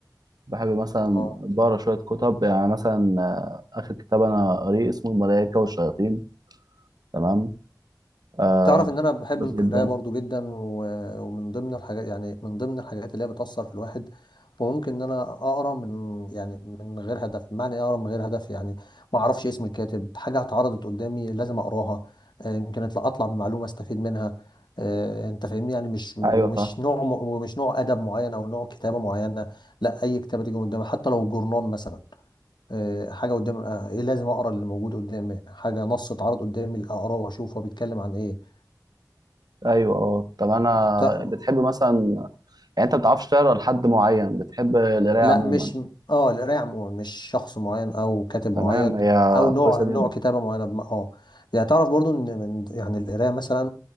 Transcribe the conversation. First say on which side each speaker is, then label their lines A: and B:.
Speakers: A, on the right; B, on the left.
A: بحب مثلا
B: اه
A: بقرا شويه كتب يعني مثلا آه، اخر كتاب انا قريه اسمه الملائكه والشياطين تمام آه
B: تعرف ان انا بحب
A: كويس
B: القرايه
A: جدا
B: برضو جدا و- ومن ضمن الحاجات يعني من ضمن الحاجات اللي هي بتاثر في الواحد وممكن ان انا اقرا من يعني من غير هدف بمعنى إيه اقرا من غير هدف يعني ما اعرفش اسم الكاتب حاجه اتعرضت قدامي لازم اقراها آه، يمكن اطلع اطلع بمعلومه استفيد منها آه، انت فاهمني يعني مش ومش
A: ايوه فاهم
B: نوع م- ومش نوع ادب معين او نوع كتابه معينه لا اي كتابه تيجي قدامي حتى لو جورنال مثلا آه، حاجه قدام آه، ايه لازم اقرا اللي موجود قدامي حاجه نص اتعرض قدامي اقراه واشوف هو بيتكلم عن ايه
A: ايوه اه طب انا
B: ت-
A: بتحب مثلا يعني انت ما بتعرفش تقرا لحد معين بتحب القرايه
B: لا
A: عموما
B: مش اه القرايه عموما مش شخص معين او كاتب
A: تمام
B: معين
A: هي
B: او نوع
A: كويسه جدا
B: نوع كتابه معينه بم... اه يعني تعرف برضو ان من يعني القرايه مثلا